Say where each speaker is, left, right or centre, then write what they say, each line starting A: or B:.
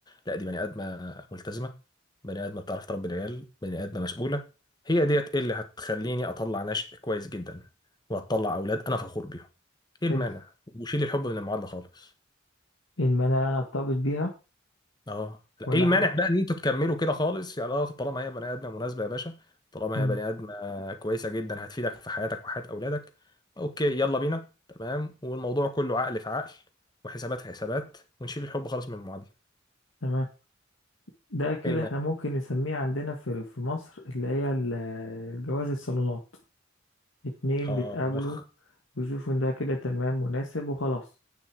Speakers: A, on the left; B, on the left.
A: لا دي بني ادمه ملتزمه بني ادمه بتعرف تربي العيال بني ادمه مسؤوله هي ديت إيه اللي هتخليني اطلع نشء كويس جدا وهتطلع اولاد انا فخور بيهم ايه
B: حلو
A: المانع وشيل الحب من المعادله خالص
B: إن أنا لا أرتبط بيها
A: اه لا،
B: ولا
A: ايه المانع
B: حاجة
A: بقى ان انتوا تكملوا كده خالص يا لا طالما هي بني ادمه مناسبه يا باشا طالما
B: مم.
A: هي بني ادمه كويسه جدا هتفيدك في حياتك وحياه اولادك اوكي يلا بينا تمام والموضوع كله عقل في عقل وحسابات في حسابات ونشيل الحب خالص من المعادله
B: تمام ده كده
A: ايه المانع
B: احنا ممكن نسميه عندنا في في مصر اللي هي ال- الجواز الصالونات اتنين
A: اه
B: بيتقابلوا
A: اخ
B: ويشوفوا ان ده كده تمام مناسب وخلاص